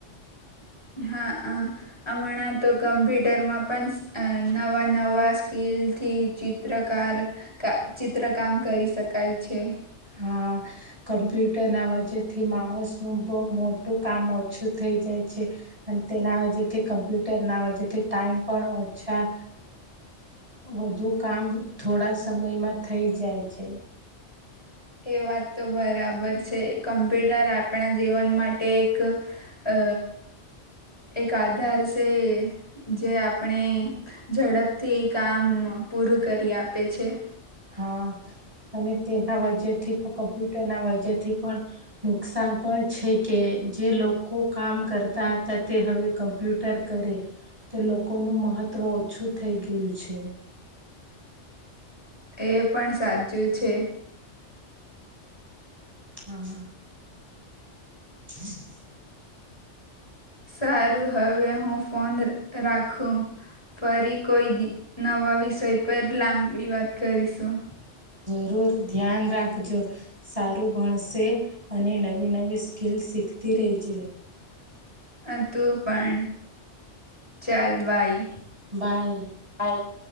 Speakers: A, on the left; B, on the right.
A: હા હ હમણાં તો કમ્પ્યુટરમાં પણ અ નવા નવા સ્કીલથી ચિત્રકાર કા ચિત્ર કામ કરી શકાય છે.
B: હા કમ્પ્યુટરના <unintelligible> માણસનું બો મો મોટું કામ ઓછું થઈ જાય છે અને તેના વે થી કમ્પ્યુટર ના વે તે ટાઈમ પણ ઓછા વધુ કામ થોડા સમયમાં થઈ જાય છે.
A: એ વાત તો બરાબર છે કમ્પ્યુટર આપણા જીવન માટે એક આ એક આધાર છે. જે આપણે ઝડપથી એ કામ પૂરું કરી આપે છે.
B: હા અને તેના વજેથી કમ્પ્યુટર ના વજેથી પણ નુકસાન પણ છે કે જે લોકો કામ કરતા હતા તે હવે કામ કમ્પ્યુટર કરે તો લોકોનું મહત્વ ઓછું થઈ ગયું છે.
A: એ પણ સાચું છે.
B: હા હા. <inaudible>
A: સારું હવે હું ફોન રાખું. ફરી કોઈ નવા વિષય પર લાંબી વાત કરીશું.
B: જરૂર ધ્યાન રાખજો. સારું ભણશે અને નવી નવી સ્કિલ શીખતી રહેજે.
A: હા તું પણ ચાલ બાઈ.
B: બાય.
A: <unintelligible>